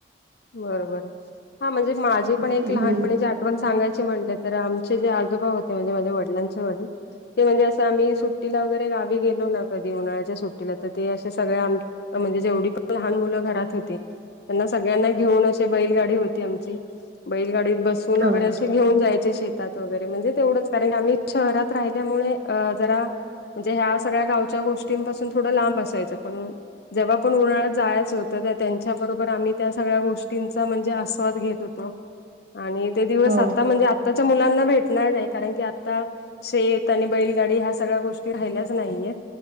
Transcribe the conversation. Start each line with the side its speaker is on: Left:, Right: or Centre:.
Left: बरोबर हा म्हणजे माझी पण एक
Right: हं.
Left: लहानपणीची आठवण पण सांगायचे म्हटल तर, आमचे जे आजोबा होते म्हणजे माझे वडिलांचे वडील ते म्हणजे असं आम्ही सुट्टीला वगैरे गावी गेलो ना, कधी उन्हाळ्याच्या सुट्टीला, तर ते असे सगळे आम्ही म्हणजे जेवढी पण लहान मुलं घरात होती त्यांना सगळ्यांना घेऊन अशे बैलगाडी होती आमची, बैलगाडीत बसून वगैरे
Right: हो
Left: असे घेऊन जायचे शेत जात वगेरे म्हणजे तेवढंच कारण, आम्ही शहरात राहिल्यामुळे जरा म्हणजे ह्या सगळ्या गावच्या गोष्टींपासून थोडं लांब असायचं पण अ जेव्हा पण उन्हाळ्यात जायचं होतं त्यांच्याबरोबर आम्ही त्या सगळ्या गोष्टींचा म्हणजे आस्वाद घेत होतो आणि ते दिवस
Right: हो
Left: आता म्हणजे आता ते च्या मुलांना भेटणार नाही कारण की आता शेत आणि बैलगाडी ह्या सगळ्या गोष्टी राहिल्याच नाहीयेत.